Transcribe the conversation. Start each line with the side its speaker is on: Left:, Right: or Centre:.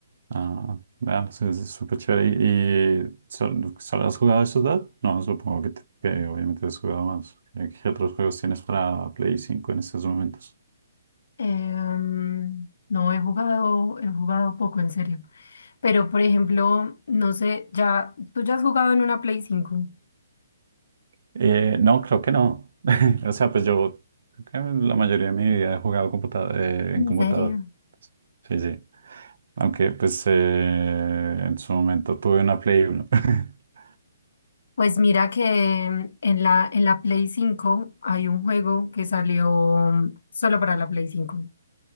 Right: Ah, vea, pues es es súper chévere. ¿Y y sol- solo has jugado esos dos? No, supongo que, te- que obviamente has jugado más. Eh, ¿Qué otros juegos tienes para Play 5 en estos momentos?
Left: Em, no he jugado, he jugado poco en serio. Pero por ejemplo, no sé, ya, tú ya has jugado en una Play 5.
Right: Eh, no, creo que no. <laughs> O sea, pues yo creo que la mayoría de mi vida he jugado computa- eh,
Left: ¿En
Right: en computador.
Left: serio?
Right: Sí, sí. Aunque pues eh, en su momento tuve una Play 1. <laughs>
Left: Pues mira que en la, en la Play 5 hay un juego que salió solo para la Play 5.